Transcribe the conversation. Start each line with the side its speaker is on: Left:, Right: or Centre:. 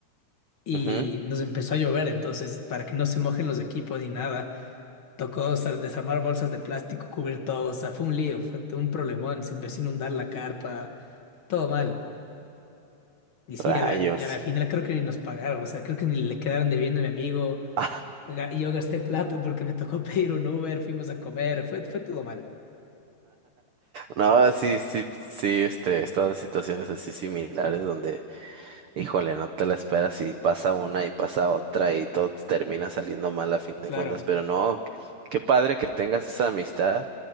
Left: Y
Right: Ujú,
Left: nos empezó a llover, entonces, para que no se mojen los equipos ni nada, tocó o sea, desarmar bolsas de plástico, cubrir todo, o sea, fue un lío, fue un problemón, se empezó a inundar la carpa, todo mal. Y sí,
Right: Rayos.
Left: a la, y a la final creo que ni nos pagaron, o sea, creo que ni le quedaron debiendo a mi amigo.
Right: <laughs>
Left: Ga- Yo gasté plata porque me tocó <laughs> pedir un Uber, fuimos a comer, fue, fue todo mal.
Right: No, sí, sí, sí, este, he estado en situaciones así similares donde Híjole, no te la esperas y pasa una y pasa otra y todo te termina saliendo mal a fin de
Left: Claro.
Right: cuentas, pero no, qué padre que tengas esa amistad